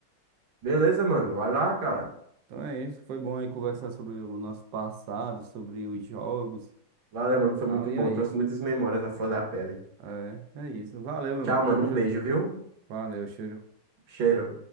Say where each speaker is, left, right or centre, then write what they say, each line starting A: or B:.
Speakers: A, on the right; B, on the right.
A: Beleza, mano. Vai lá, cara.
B: Então é isso. Foi bom aí conversar sobre o nosso passado, sobre os jogos
A: Valeu,
B: e
A: mano, foi
B: tal.
A: muito
B: E
A: bom,
B: é
A: trouxe
B: isso.
A: muitas memórias à flor da pele.
B: É, é isso. Valeu, meu
A: Tchau,
B: mano.
A: mano,
B: Tamo
A: um
B: junto.
A: beijo, viu?
B: Valeu, cheiro.
A: Cheiro.